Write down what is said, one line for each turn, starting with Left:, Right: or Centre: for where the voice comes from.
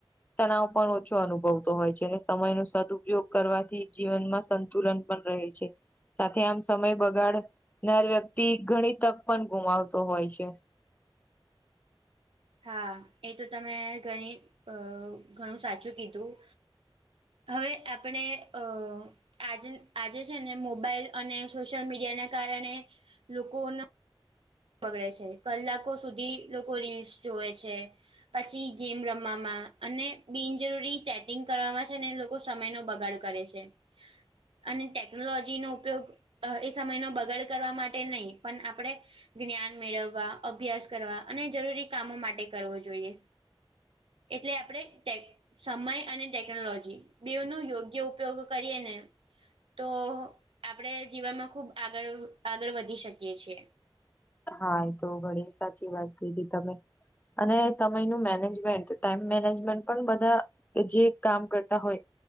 Left: તણાવ પણ ઓછો અનુભવતો હોય છે અને સમય ન સદપયોગ કરવાથી જીવનમાં સંતુલન પણ રહે છે. સાથે આમ સમય બગાડનાર વ્યક્તિ ઘણી તક પણ ગુમાવતો હોય છે.
Right: હા એ તો તમે ઘણી અ ઘણું સાચું કીધું હવે આપણે અ આજ આજે છે ને મોબાઈલ અને સોશિયલ મીડિયાને કારણે લોકોનો બગડે છે કલાકો સુધી લોકો રીલ્સ જોવે છે. પછી ગેમ રમવામાં અને બિનજરૂરી ચેટિંગ કરવામાં છે ને લોકો સમય નો બગાડ કરે છે અને ટેકનોલોજી નો ઉપયોગ એ સમયનો બગડ કરવા માટે નહીં પણ આપણેે જ્ઞાન મેળવવા અભ્યાસ કરવા અને જરૂરી કામો માટે કરવો જોઈએ. એટલે આપડે સમય અને ટેકનોલોજી બેઉનો યોગ્ય ઉપયોગ કરીએ ને તો આપણે જીવનમાં ખૂબ આગળ આગળ વધી શકીએ છીએ.
Left: હા એ તો ઘણી સાચી વાત કીધી તમે અને સમયનું મેનેજમેન્ટ ટાઈમ મેનેજમેન્ટ પણ બધા કે જે કામ કરતા હોય